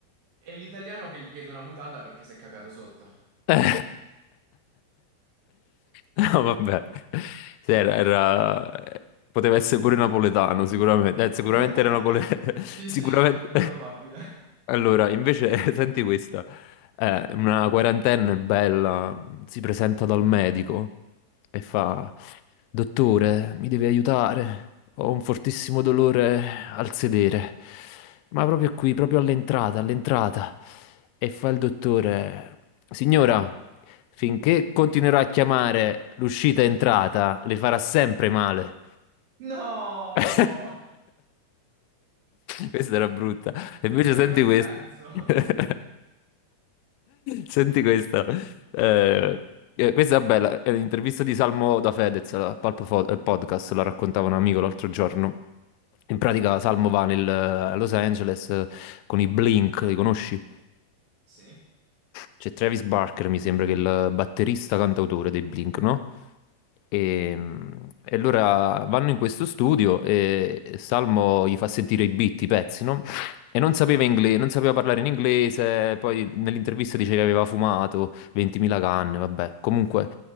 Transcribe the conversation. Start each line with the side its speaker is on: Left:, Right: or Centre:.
Right: e l'italiano che gli chiede una mutanda perché si è cagato sotto.
Left: No, vabbè. Sì, era, era- poteva essere pure napoletano, sicuramente. Eh, sicuramente
Right: <laughs>
Left: era napoletano. <laughs>
Right: Sì,
Left: Sicuramente.
Right: sì, molto probabile.
Left: Allora, invece, <laughs> senti questa. Eh, una quarantenne bella si presenta dal medico e fa: Dottore, mi devi aiutare. Ho un fortissimo dolore al sedere. Ma proprio qui, proprio all'entrata, all'entrata. E fa il dottore, signora, finché continuerà a chiamare l'uscita e entrata, le farà sempre male.
Right: No!
Left: <laughs> Questa era brutta. E
Right: Breve
Left: invece senti
Right: ma intenso.
Left: questa. <laughs> Senti questa. Eh, eh, questa è bella. È l'intervista di Salmo da Fedez al Palpo Fo- eh, Podcast, la raccontava un amico l'altro giorno. In pratica Salmo va nel- eh, a Los Angeles eh, con i Blink, li conosci?
Right: Sì?
Left: C'è Travis Barker, mi sembra che è il batterista cantautore dei Blink, no? E, e allora vanno in questo studio e Salmo gli fa sentire i beat, i pezzi, no? E non sapeva ingle- non sapeva parlare in inglese, poi nell'intervista dice che aveva fumato 20.000 canne, vabbè. Comunque,